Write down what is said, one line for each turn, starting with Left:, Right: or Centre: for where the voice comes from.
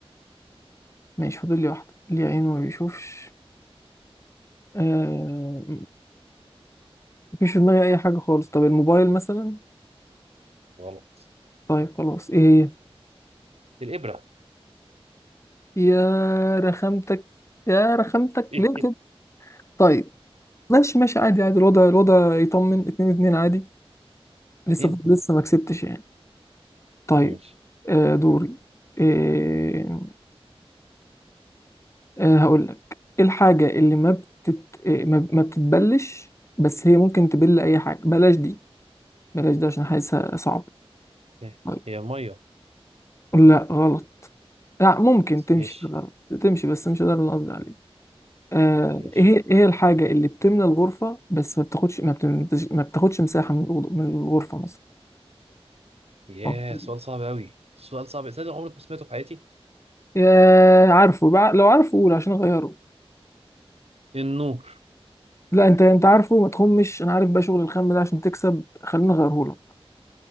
Left: ماشي فاضل لي واحدة ليه عين وما بيشوفش آه مفيش في دماغي اي حاجة خالص طب الموبايل مثلا
Right: غلط
Left: طيب خلاص ايه
Right: الإبرة
Left: هي يا رخامتك يا رخامتك
Right: <laughs>
Left: ليه كده طيب ماشي ماشي عادي عادي الوضع الوضع يطمن اتنين اتنين عادي لسه
Right: اتنين
Left: لسه ما كسبتش يعني طيب
Right: ماشي
Left: آه دوري آه آه هقول لك ايه الحاجة اللي ما بتت آه ما ما بتتبلش بس هي ممكن تبل اي حاجة بلاش دي بلاش ده عشان حاسسها صعب
Right: إيه،
Left: طيب
Right: هي المية
Left: لا غلط لا ممكن تمشي
Right: ماشي
Left: غلط تمشي بس مش ده اللي أنا قصدي عليه آه
Right: ماشي
Left: ايه هي- ايه الحاجة اللي بتملى الغرفة بس ما بتاخدش ما, بتمتش... ما بتاخدش مساحة من الأوضة- من الغرفة مثلا
Right: ياه
Left: أوكي.
Right: سؤال صعب أوي سؤال صعب صدق عمري ما سمعته في حياتي
Left: آه عارفه بقى لو عارفه قول عشان اغيره
Right: النور
Left: لا انت انت عارفه ما تخمش انا عارف بقى شغل الخم ده عشان تكسب خليني اغيرهولك